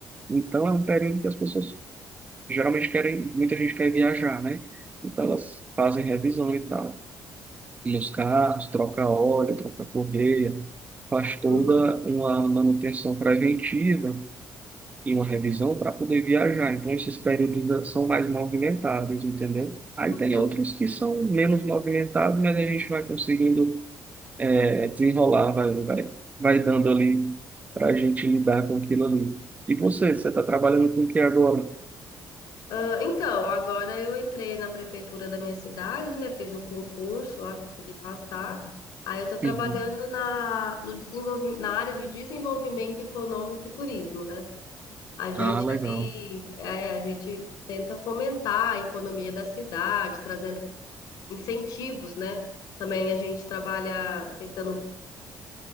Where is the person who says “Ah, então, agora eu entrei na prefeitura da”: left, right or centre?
Left